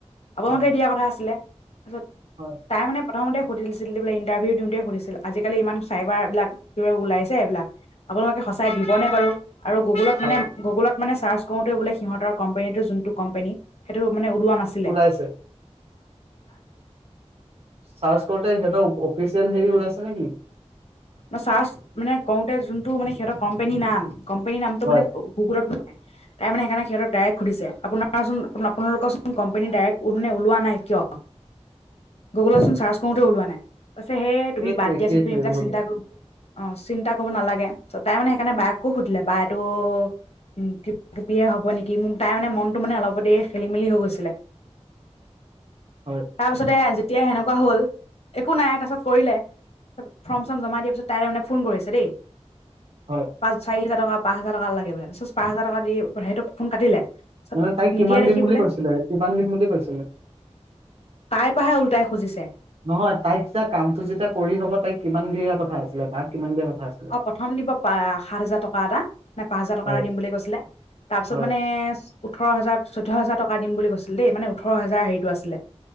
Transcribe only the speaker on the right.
হয়
হয়
হয়
ওলাইছে চাৰ্চ কৰোতে সিহঁতৰ অফিচিয়েল হেৰি ওলাইছে নেকি?
হয়
<inaudible>
<inaudible>
সেইটোৱে
সেইটোৱে
ভুল
হয়
হয়
মানে তাইক কিমান
দিম বুলি
কৈছিলে কিমান দিম বুলি কৈছিলে।
নহয় তাইক যেতিয়া কামটো যেতিয়া কৰি হব তাইক কিমান দিয়া কথা আছিলে বা কিমান দিয়া কথা আছিলে।
হয়
হয়